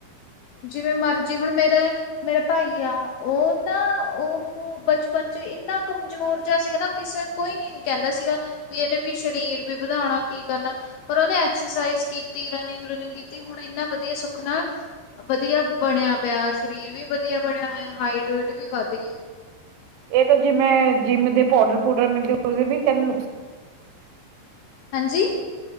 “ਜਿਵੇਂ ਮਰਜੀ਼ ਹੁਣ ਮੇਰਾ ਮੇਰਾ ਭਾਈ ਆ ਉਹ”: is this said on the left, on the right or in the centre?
Left